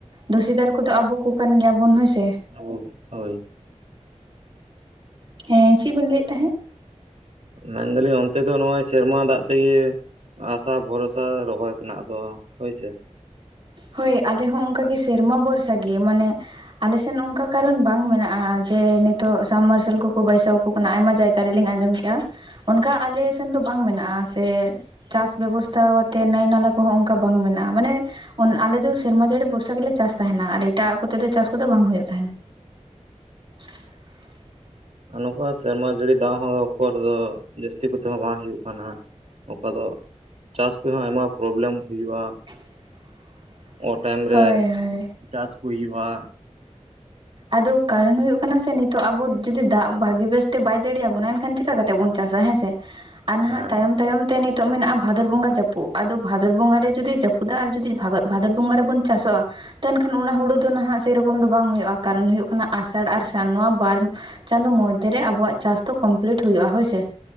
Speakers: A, on the right; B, on the right.
A: ᱫᱳᱥᱤᱫᱟᱨ ᱠᱚᱫᱚ ᱟᱵᱚ ᱠᱚ ᱠᱟᱱ ᱜᱮᱭᱟᱵᱚᱱ ᱦᱳᱭ ᱥᱮ᱾
B: ᱟᱵᱚᱜᱮ ᱦᱳᱭ᱾
A: ᱦᱮᱸ ᱪᱮᱫ ᱵᱤᱱ ᱞᱟᱹᱭᱮᱫ ᱛᱟᱦᱮᱸᱫ?
B: ᱢᱮᱱᱫᱟᱞᱤᱧ ᱚᱱᱛᱮ ᱫᱚ ᱱᱚᱜᱼᱚᱭ ᱥᱮᱨᱢᱟ ᱫᱟᱜ ᱛᱮᱜᱮ ᱟᱥᱟ ᱵᱷᱚᱨᱥᱟ ᱨᱚᱦᱚᱭ ᱛᱮᱱᱟᱜ ᱫᱚ ᱦᱳᱭ ᱥᱮ᱾
A: ᱦᱳᱭ ᱟᱞᱮ ᱦᱚᱸ ᱚᱱᱠᱟ ᱜᱮ ᱥᱮᱨᱢᱟ ᱵᱷᱚᱨᱥᱟ ᱜᱮ ᱢᱟᱱᱮ ᱟᱞᱮ ᱥᱮᱱ ᱚᱱᱠᱟ ᱠᱟᱨᱚᱱ ᱵᱟᱝ ᱢᱮᱱᱟᱜᱼᱟ ᱡᱮ ᱱᱤᱛᱚᱜ ᱥᱟᱢᱢᱟᱨᱥᱟᱞ ᱠᱚᱠᱚ ᱵᱟᱹᱭᱥᱟᱣ ᱟᱠᱚ ᱠᱟᱱᱟ ᱟᱭᱢᱟ ᱡᱟᱭᱜᱟ ᱨᱮᱞᱤᱧ ᱟᱸᱡᱚᱢ ᱠᱮᱫ-ᱟ, ᱚᱱᱠᱟ ᱟᱞᱮ ᱥᱮᱱ ᱫᱚ ᱵᱟᱝ ᱢᱮᱱᱟᱜᱼᱟ ᱥᱮ ᱪᱟᱥ ᱵᱮᱵᱚᱥᱛᱷᱟ ᱟᱛᱮ ᱱᱟᱹᱭ ᱱᱟᱞᱟ ᱠᱚᱦᱚᱸ ᱚᱱᱠᱟ ᱵᱟᱝ ᱢᱮᱱᱟᱜᱼᱟ ᱢᱟᱱᱮ ᱚᱱ ᱟᱞᱮ ᱫᱚ ᱥᱮᱨᱢᱟ ᱡᱟᱹᱲᱤ ᱵᱷᱚᱨᱥᱟ ᱜᱮᱞᱮ ᱪᱟᱥ ᱛᱟᱦᱮᱱᱟ ᱟᱨ ᱮᱴᱟᱜ-ᱟᱜ ᱠᱚᱛᱮ ᱫᱚ ᱪᱟᱥ ᱠᱚᱫᱚ ᱵᱟᱝ ᱦᱩᱭᱩᱜ ᱛᱟᱦᱮᱱᱟ᱾ <inaudible>
B: ᱟᱨ ᱱᱚᱝᱠᱟ ᱥᱮᱨᱢᱟ ᱡᱟᱹᱲᱤ ᱫᱟᱜ ᱦᱚᱸ ᱩᱠᱩᱨ ᱫᱚ ᱡᱟᱹᱥᱛᱤ ᱠᱚᱛᱮ ᱦᱚᱸ ᱵᱟᱝ ᱦᱩᱭᱩᱜ ᱠᱟᱱᱟ᱾ ᱚᱠᱟ ᱫᱚ ᱪᱟᱥ ᱛᱮᱦᱚᱸ ᱟᱭᱢᱟ ᱯᱨᱳᱵᱞᱮᱢ ᱦᱩᱭᱩᱜᱼᱟ᱾
A: <inaudible>
B: ᱚ ᱴᱟᱭᱤᱢ
A: ᱦᱳᱭ
B: ᱨᱮ
A: ᱦᱳᱭ
B: ᱪᱟᱥ ᱠᱚ ᱦᱩᱭᱩᱜᱼᱟ᱾
A: ᱟᱫᱚ ᱠᱟᱨᱚᱱ ᱦᱩᱭᱩᱜ ᱠᱟᱱᱟ ᱥᱮ ᱱᱤᱛᱚᱜ ᱟᱵᱚ ᱡᱩᱫᱤ ᱫᱟᱜ ᱵᱷᱟᱜᱮ ᱵᱮᱥᱛᱮ ᱵᱟᱭ ᱡᱟᱹᱲ ᱟᱵᱚᱱᱟ ᱮᱱᱠᱷᱟᱱ ᱪᱤᱠᱟ ᱠᱟᱛᱮᱜ ᱵᱚᱱ ᱪᱟᱥᱟ, ᱦᱮᱸᱥᱮ᱾ ᱟᱨ ᱱᱟᱦᱟᱜ
B: ᱦᱮᱸ
A: ᱛᱟᱭᱚᱢ ᱛᱟᱭᱚᱢ ᱛᱮ ᱱᱤᱛ ᱱᱤᱛᱚᱜ ᱢᱮᱱᱟᱜ-ᱟ ᱵᱷᱟᱫᱚᱨ ᱵᱚᱸᱜᱟ ᱡᱟᱹᱯᱩᱫ, ᱟᱫᱚ ᱵᱷᱟᱫᱚᱨ ᱵᱚᱸᱜᱟ ᱨᱮ ᱡᱩᱫᱤ ᱡᱟᱹᱯᱩᱫᱟ ᱟᱨ ᱡᱩᱫᱤ ᱵᱷᱟ ᱵᱷᱟᱫᱚᱨ ᱵᱚᱸᱜᱟ ᱨᱮᱵᱚᱱ ᱪᱟᱥᱚᱜ-ᱟ ᱛᱚ ᱮᱱᱠᱷᱟᱱ ᱚᱱᱟ ᱦᱩᱲᱩ ᱫᱚ ᱱᱟᱦᱟᱜ ᱥᱮᱭᱨᱚᱠᱚᱢ ᱫᱚ ᱵᱟᱝ ᱦᱩᱭᱩᱜ-ᱟ ᱠᱟᱨᱚᱱ ᱦᱩᱭᱩᱜ ᱠᱟᱱᱟ ᱟᱥᱟᱲ ᱟᱨ ᱥᱟᱱ ᱱᱚᱣᱟ ᱵᱟᱨ ᱪᱟᱸᱫᱚ ᱢᱚᱫᱽᱫᱷᱮᱨᱮ ᱟᱵᱚᱣᱟᱜ ᱪᱟᱥ ᱫᱚ ᱠᱚᱢᱯᱞᱤᱴ ᱦᱩᱭᱩᱜ-ᱟ ᱦᱳᱭᱥᱮ᱾